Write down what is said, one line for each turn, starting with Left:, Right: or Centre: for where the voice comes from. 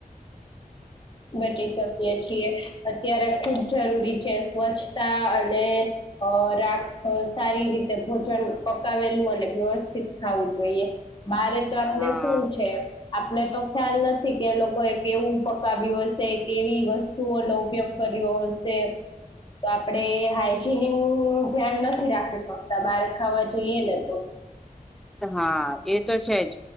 Left: બચી શકીએ છીએ અત્યારે ખુબ જરૂરી છે સ્વચ્છતા અને અ રાખ સારી રીતે ભોજન પકાવેલું અને વ્યસ્ શીખાવું જોઈએ બારે તો આપને
Centre: હા
Left: શું છે. આપને તો ખ્યાલ નથી કે એ લોકો એ‌ કેવુ કાવ્યું હશે કેવી વસ્તુઓનો ઉપયોગ કર્યો હશે તો આપડે હાઈજીનિક નું ધ્યાન નથી રાખી શકતા બહાર ખાવા જઈએ ને તો
Centre: હા એ તો છે જ